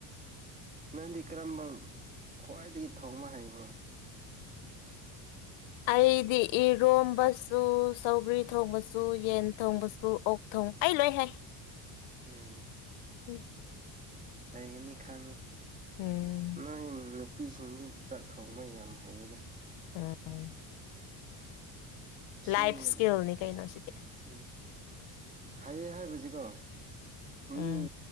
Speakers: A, on the right; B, on the left.
A: ꯅꯪꯗꯤ ꯀꯔꯝꯕ ꯈ꯭ꯋꯥꯏꯗꯒꯤ ꯊꯣꯡꯕ ꯍꯩꯕꯅꯣꯣ <inaudible>
B: ꯑꯩꯗꯤ ꯏꯔꯣꯝꯕꯁꯨ ꯁꯧꯒ꯭ꯔꯤ ꯊꯣꯡꯕꯁꯨ ꯌꯦꯟ ꯊꯣꯡꯕꯁꯨ ꯑꯣꯛ ꯊꯣꯡ ꯑꯩ ꯂꯣꯏ ꯍꯥꯏ
A: ꯎꯝ
B: ꯎ
A: ꯍꯩꯒꯅꯤ ꯈꯪꯉꯤ
B: ꯎꯝ
A: ꯅꯣꯏ ꯅꯨꯄꯤꯁꯤꯡ ꯆꯥꯛ ꯊꯣꯡꯕ ꯌꯥꯝ ꯍꯩꯌꯦꯩꯅ
B: ꯎꯝ
A: ꯁꯤꯃ
B: ꯂꯥꯏꯐ ꯏꯁꯀꯤꯜꯅꯤ ꯀꯩꯅꯣꯁꯤꯗꯤ
A: ꯎꯝ ꯍꯥꯏꯌꯦ ꯍꯥꯏꯕꯁꯤꯀꯣ ꯃꯤ
B: ꯎꯝ